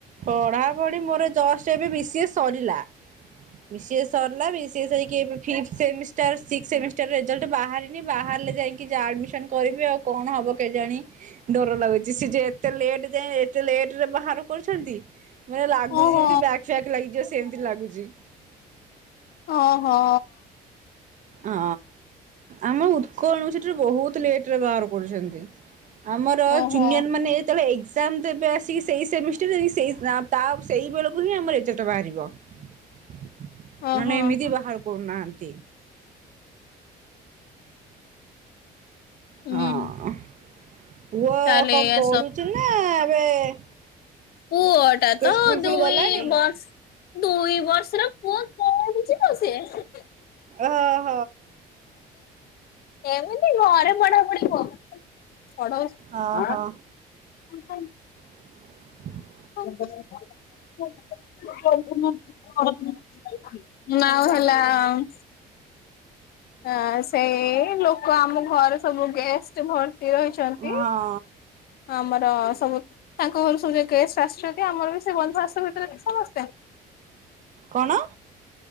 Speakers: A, on the right; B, on the left.
A: ପଢାପଢି ମୋର ଜଷ୍ଟ ଏବେ ବି ସିଏ ସରିଲା। ବିି ସି ଏ ସରିଲା ବି ସି ଏ ସରିକି ଏବେ fix semester six semester result ବାହା ବାହାରିଲେ ଯାଇକି ଯା ଆଡମିସନ କରିବି ଆଉ। କଣ ହବ କେଜାଣି ଡର ଲାଗୁଛି। ସେ ଯେ ଏତେ ଲେଟେ ଯାଏଁ ଏତେ ଲେଟରେ ବାହାର କର ଛନ୍ତି। ମାନେ ଲାଗୁଛି
B: ଓହୋ
A: ଯେମିତି ବ୍ୟାକ୍ ଫ୍ୟାକ୍ ଲାଗିଯିବ। ସେମିତି ଲାଗୁଛି।
B: ଓ ହୋ।
A: ହଁ ଆମେ ଉତ୍କଳୟ ୟୁନିଭରସିଟି ରେ ବହୁତ ଲେଟରେ ବାହାର କରୁଛନ୍ତି। ଆମର
B: ଓହୋ
A: ଜୁନିୟର ମାନେ ଯେତେବେଳେ ତାମେ ତ ଏବେ ଆସିକି ସେଇ ସେମିଷ୍ଟାର ଯକି ସେଇ ତା ସେଇ ବେଳକୁ ହିଁ ଆମ ଏ ବାହାରିବ ନହେଲେ
B: ଓହୋ
A: ଏମିତି ବାହାର କରୁନାହାଁନ୍ତି।
B: ହୁଁ
A: ହଁ। ପୁଅ
B: ତାହେଲେ
A: କଣ
B: ଏଇଆ
A: ପଢୁଛୁ ନା ଏବେ <inaudible>
B: ପୁଅ ଟା ତ
A: ସ୍କୁଲ
B: ଦୁଇ
A: ଫୁଲ ଗଲାଣି?
B: ବସ ଦୁଇ ବର୍ଷର ପୁଅ କଠୁଛିିବ ସିଏ।
A: ଓହୋ।
B: ଏମିତି ଘରେ ପଢାପୁଢି କରୁ ପଢୋଉଚୁ।
A: ଓହୋ <inaudible>
B: ଆ ଆଉ ହେଲା ହ ସେ ଲୋକ କ ଆମ ଘର ସବୁ ଗେଷ୍ଟ ଭ ରହିଛନ୍ତି
A: ହଁ
B: ହଁ ମର ତ ସବୁ ତାଙ୍କ ଘରୁ ସବୁଯାକ ଗେଷ୍ଟ ଆସିଚନ୍ତି। ଆମର ବି ସେ ବନ୍ଧୁବାଥବ ଭିତରେ ସବୁ ଆସିଚନ୍ତି।
A: କଣ?